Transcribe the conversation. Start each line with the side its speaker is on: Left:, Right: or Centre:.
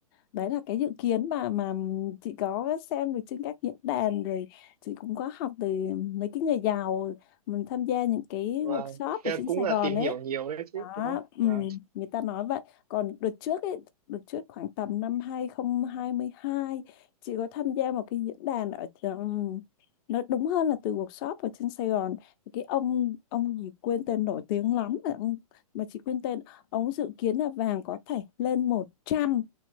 Left: đấy là cái dự kiến mà mà chị có xem được trên các diễn đàn rồi chị cũng có học từ mấy cái người giàu mình tham gia những cái
Right: và
Left: workshop ở
Right: thế
Left: trên
Right: là cũng
Left: Sài
Right: là
Left: Gòn
Right: tìm
Left: ấy
Right: hiểu nhiều đấy
Left: đó
Right: chứ đúng không
Left: ừ,
Right: Vâng.
Left: người ta nói vậy còn đợt trước ấy đợt trước khoảng tầm năm hai không hai hai chị có tham gia một cái diễn đàn ở um, nó đúng hơn là từ workshop ở trên Sài Gòn Thì cái ông ông gì quên tên nổi tiếng lắm mà ông mà chị quên tên ông dự kiến là vàng có thể lên một trăm